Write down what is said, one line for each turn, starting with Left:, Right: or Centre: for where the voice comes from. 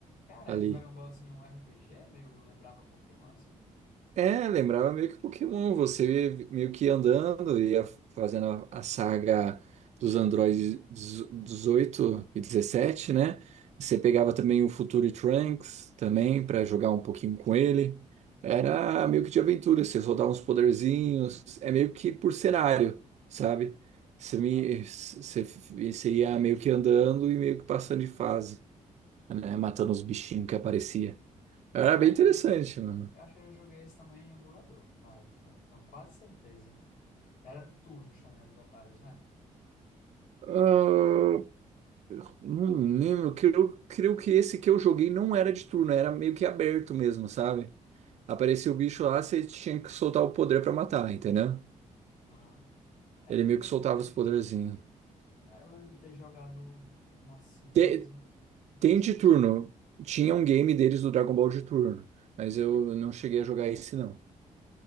Left: Cara,
Right: ali.
Left: era um Dragon Ballzinho um RPG, meio lembrava Pokémon, assim?
Right: É, lembrava meio que Pokémon, você meio que andando, ia fazendo a a saga dos androides 18 e 17, né? Você pegava também o Future Trunks também para jogar um pouquinho com ele. Era meio que de aventura, você soltava uns poderzinhos, é meio que por cenário, sabe? Você,
Left: Aham.
Right: me, você, você ia meio que andando e meio que passando de fase, né? Matando os bichinhos que aparecia. Era
Left: Eu
Right: bem
Left: acho,
Right: interessante,
Left: eu jo-
Right: mano.
Left: eu acho que eu joguei esse também em emulador na época. Tenho quase certeza. Era de turnos também as batalhas, né?
Right: Ah, Não lembro, que eu creio que esse que eu joguei não era de turno, era meio que aberto mesmo, sabe? Aparecia o bicho lá, você tinha que soltar o poder pra matar, entendeu?
Left: Aham. É,
Right: Ele meio
Left: eu lembro
Right: que soltava
Left: de ter,
Right: os
Left: j-
Right: poderzinhos.
Left: é, eu lembro de ter jogado um assim,
Right: Te-
Left: mas eu não tenho
Right: Tem,
Left: certeza.
Right: de turno, tinha um game deles do Dragon Ball de turno, mas eu não cheguei a jogar esse não.